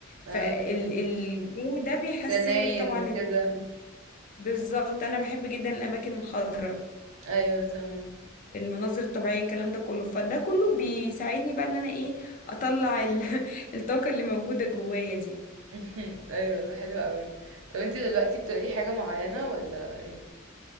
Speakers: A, on the right (about 75°); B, on the left (about 40°).
A: اه
B: فالجو ده بيحسن
A: جناين
B: لك طبعا
A: وكده
B: الطول. بالظبط انا بحب جدا الاماكن الخضراء
A: ايوه تمام
B: المناظر الطبيعيه الكلام ده كله فده كله بيساعدني بقى ان انا ايه اطلع ال- <laughs> الطاقه اللي موجوده جوايا دي
A: <laughs> ايوه ده حلو قوي طب انت دلوقتي بتقري حاجة معينة ولا ايه